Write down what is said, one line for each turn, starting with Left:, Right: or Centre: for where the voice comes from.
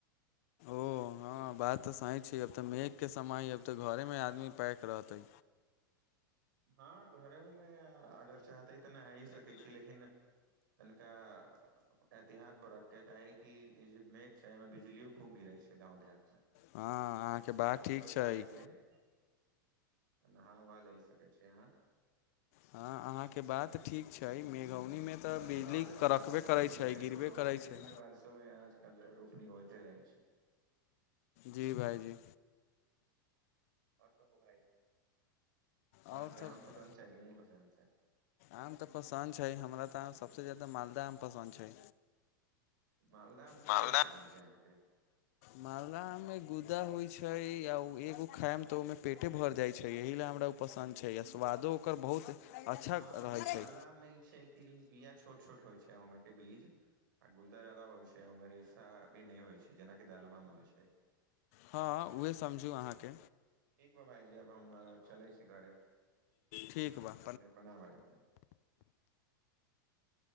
Left: ओ हँ बात त सही छै अब त मेघके समय है अब त घरेमे आदमी पैक रहतै
Right: हँ घरेहुमे अगर चाहतै तऽ नहा ही सकै छी लेकिन तनका ऐहतिहात बरत के काहे कि ई जे मेघ छै एहिमे बिजलियो खूब गिरे छै गाँव देहात मे
Left: हँ अहाँके
Right: त ओ
Left: बात
Right: बसे
Left: ठीक छै
Right: बच आ के हँ नहाँ उहाँ लै सकै छी अहाँ
Left: हँ अहाँके बात तऽ ठीक छै मेघौनीमे तऽ
Right: बाँकी
Left: बिजली
Right: गाँव देहातमे
Left: करकबे
Right: कोन पैक
Left: करै
Right: होइ
Left: छै
Right: आजकल
Left: गिरबे
Right: तऽ रोपनी
Left: करै
Right: के
Left: छै
Right: दिन मे बारिशो आजकल रोपनी होयते रहै छै
Left: जी भायजी
Right: ओ तऽ हो भाइजी आँहाँ
Left: आओर
Right: के
Left: सभ
Right: आम पसन्द छै कि नहि पसन्द छै
Left: आम तऽ पसन्द छै हमरा तऽ सभसँ जादा मालदह आम पसन्द छै
Right: मालदह आम
Left: मालदह
Right: के लेल पसन्द छै अहाँके
Left: मालदह आम मे गुद्दा होइ छै आ एगो खायम तऽ ओहिमे पेटे भर जाइ छै एहि‌ ला हमरा पसन्द छै आ स्वादो ओकर बहुत अच्छा
Right: हँ
Left: रहै
Right: मालदाह
Left: छै
Right: आम मे ई छै कि बिया छोट छोट होइ छै ओमे के बीज आ गुदा ज्यादा होइ छै ओहिमे रेशा भी नहि होइ छै जेनाकि डालमा मे होइ छै
Left: हँ उएह समझू अहाँके
Right: ठीक भाइजी अब हम चलै छी घरे
Left: ठीक बा
Right: प्रणाम भइजी